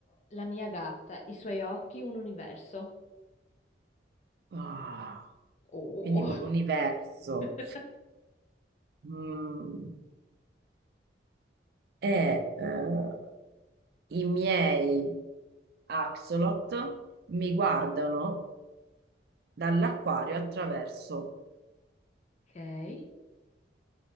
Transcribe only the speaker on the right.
Ah,
quindi con l'universo.
Mm, e eh, i miei axolot mi guardano dall'acquario attraverso.